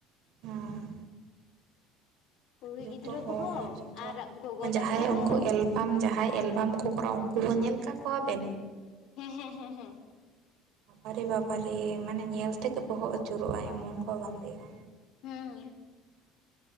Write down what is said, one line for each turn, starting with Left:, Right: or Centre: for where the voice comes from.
Right: ᱦᱩᱸ
Left: ᱠᱩᱲᱤ
Right: ᱡᱚᱛᱚ
Left: ᱜᱤᱫᱽᱨᱟᱹ
Right: ᱦᱚᱲ
Left: ᱠᱚᱦᱚᱸ
Right: ᱡᱚᱛᱚ
Left: ᱟᱨ ᱜᱚᱜᱚ
Right: ᱡᱟᱦᱟᱸᱭ
Left: ᱛᱟᱠᱚ ᱦᱚᱸ
Right: ᱩᱱᱠᱩ ᱮᱞ ᱟᱢ ᱡᱟᱦᱟᱸᱭ ᱮᱞᱵᱟᱢ ᱠᱚ ᱠᱚᱨᱟᱣ ᱩᱱᱠᱩ ᱦᱚᱸ ᱧᱮᱞ ᱠᱟᱜ ᱠᱚᱣᱟ ᱵᱮᱱ
Left: ᱦᱮᱸ ᱦᱮᱸ ᱦᱮᱸ ᱦᱮᱸ
Right: ᱟᱨᱮ ᱵᱟᱵᱟᱨᱮ ᱢᱟᱱᱮ ᱧᱮᱞ ᱛᱮᱜᱮ ᱵᱚᱦᱚᱜ ᱟᱹᱪᱩᱨᱚᱜᱼᱟ ᱮᱢᱚᱱ ᱠᱚ ᱵᱟᱸᱫᱮᱜᱼᱟ
Left: ᱦᱩᱸ